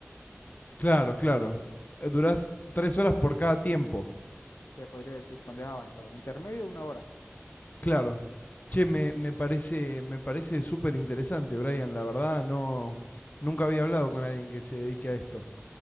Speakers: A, on the left; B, on the left.
A: claro, claro. Eh, Durás tres horas por cada tiempo.
B: se podría decir, cuando es avanzado. Intermedio, una hora.
A: Claro. Che, me, me parece, me parece súper interesante, Brian. La verdad, no, nunca había hablado con alguien que se dedique a esto.